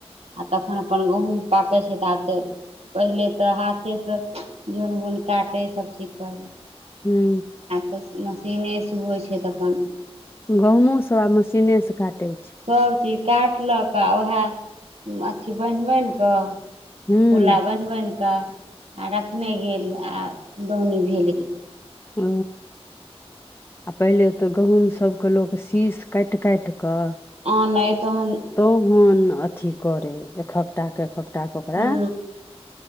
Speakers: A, on the right (about 70°); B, on the left (about 20°).
A: आ तखन अपन गहूँम पाकैय छैय त आब त पहिले त हाथेसँ जोन बोन काटै सभचीज करय।
B: हू।
A: आब त मशीनेसँ होइ छैय त अपन
B: गहुॅंमो सब आब मशीनेसँ काटैय छैय।
A: सबचीज काटलक आ ओएह अथी बान्हि बान्हि कऽ
B: हूँ
A: पुला बान्हि -बान्हि कऽ आ रखने गेल आ दौनी भेल गेल।
B: ह। आ पहिले तऽ गहुँमसभके लोक शीश काटि-काटि कऽ
A: आनै तहन
B: तोहन अथी करे एकहकटा के एकहकटा। के ओकरा
A: हू।